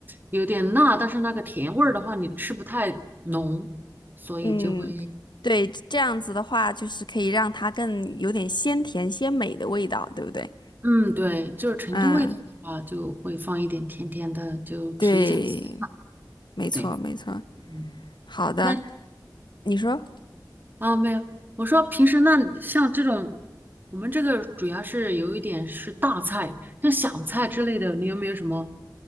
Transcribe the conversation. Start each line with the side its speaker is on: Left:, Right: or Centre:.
Right: 有点辣，但是那个甜味儿的话你吃不太浓，所以就会，
Left: 嗯，对，这样子的话，就是可以让它更有点鲜甜鲜美的味道，对不对？
Right: 嗯，对，就是成都味道的话就会放一点甜甜的，
Left: 嗯，
Right: 就提一下鲜。
Left: 对，没错，
Right: 对，
Left: 没错。
Right: 嗯。
Left: 好的，
Right: 那。
Left: 你说，
Right: 啊，没有，我说平时那像这种，我们这个主要是有一点是大菜，像小菜之类的，你有没有什么